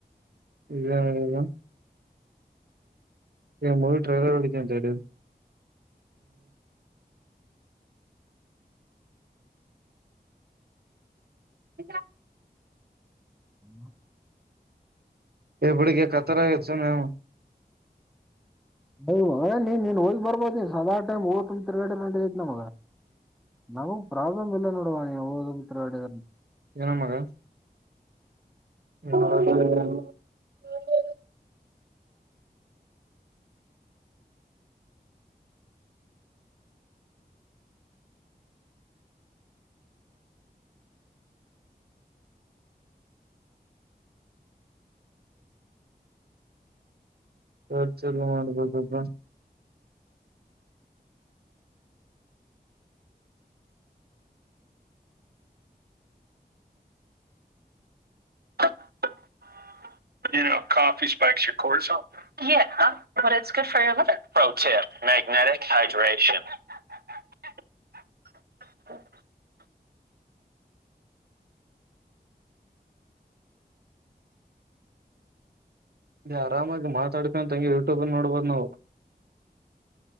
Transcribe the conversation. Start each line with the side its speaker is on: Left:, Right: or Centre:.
Right: ವೈಡ್ ನೋಡಿಲ್ಲ ಮೂವಿ ಟ್ರೈಲರ್ ನೋಡಿನಿ ಜತೆನ್ <unintelligible>
Centre: ಹ್ಮ್ <inaudible>
Right: ಎ ಬಿಡು ಗೆ ಕತ್ತಲು ಆಗ್ಯದ ಸುಮ್ನೆ
Centre: ಓಡಾಡ್ನಿ ನೀನ್ ಹಓದ್ ಬರ್ಬೋದ ಸದಾ ಟೈಮ್ ಓದ್ ತಿಗಡೆೈತ್ ನಮಗ ನಮಗ್ ಪ್ರಾಬ್ಲಮ ಇಲ್ಲ ನೋಡುವ ನೀವು ದ್ ತಿಗಡಿ
Right: ಏನ ಮಗ ಹಾ ಹ ಚಾಲು ಮಾಡಬೇಕ್ ಪಾ <unintelligible> ಇ ಆರಾಮಾಗಿ ಮಾತಾಡ್ಕೊಂತಂಗಗೆ ಯೂಟ್ಯೂಬಲ್ಲಿ ನೋಡ್ಬೋದು ನಾವು